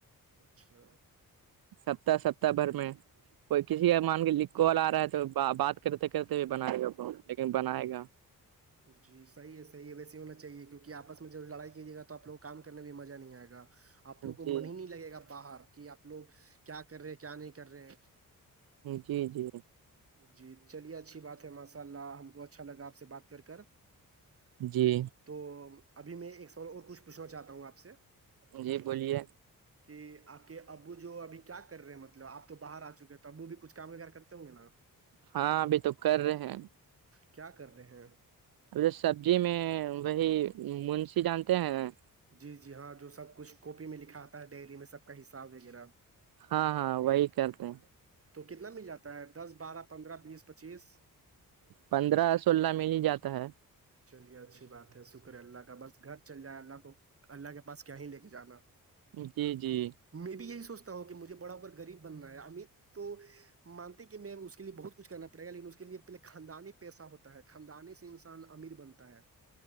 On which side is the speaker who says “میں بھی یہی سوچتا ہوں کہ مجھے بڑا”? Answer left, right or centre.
Right